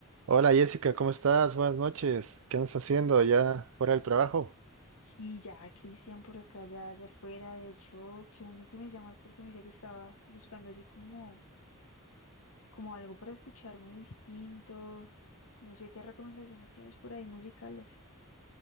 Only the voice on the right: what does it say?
Hola Jessica, ¿cómo estás? Buenas noches. ¿Qué andas haciendo ya fuera del trabajo?